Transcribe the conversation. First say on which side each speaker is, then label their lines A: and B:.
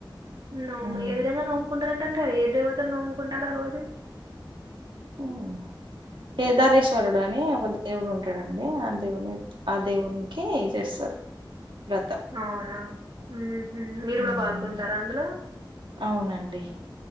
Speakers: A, on the right; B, on the right.
A: నోము
B: ఉమ్
A: ఏ విధంగా నోముకుంటారం ట ఏ దేవత ను నోముకుంటారు ఆ రోజు
B: మ్ కేదారేశ్వరుడు అని ఒక దేవుడు ఉంటాడు అండి ఆ దేవుని ఆ దేవునికి చేస్తారు వ్రతం
A: అవునా ఉమ్ హ్మ్ మీరు కూడా
B: ఉమ్
A: పాల్గొంటారా అందులో
B: అవునండి